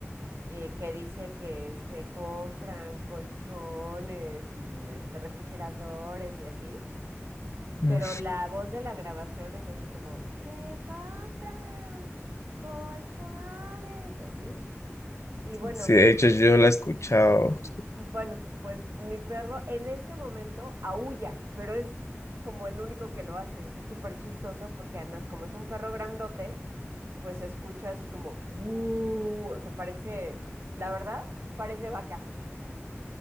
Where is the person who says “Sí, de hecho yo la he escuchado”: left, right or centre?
Left